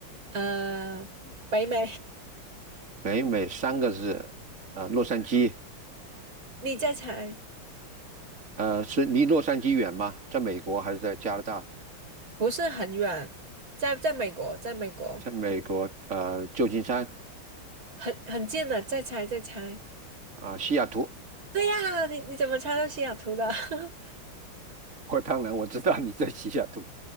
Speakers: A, on the right (about 75°); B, on the right (about 35°).
A: 呃，北美，
B: 北美三个字，呃，洛杉矶。
A: <laughs> 你再猜，
B: 呃，是离洛杉矶远吗？在美国还是在加拿大？
A: 不是很远，在在美国，在美国。
B: 在美国，呃，旧金山
A: 很很近的，再猜再猜。
B: 啊，西雅图。
A: 对呀，你你怎么猜到西雅图的？<laughs>
B: <laughs> 我当然我知道你在西雅图，